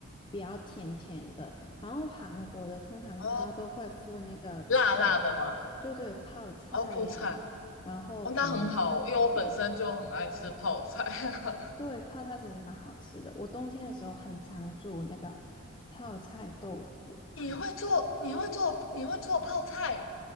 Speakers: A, on the left; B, on the left.
A: 比较甜甜的，然后韩国的通常它都会附那个菜，
B: 哦，辣辣的吗？
A: 对对，泡菜呀、
B: 哦，副菜，
A: 然后可能是啊，
B: 哦，那很好，因为我本身就很爱吃泡菜。<laughs>
A: 对，泡菜其实蛮好吃的，我冬天的时候很常煮那个泡菜豆腐汤，
B: 你会做，你会做，你会做泡菜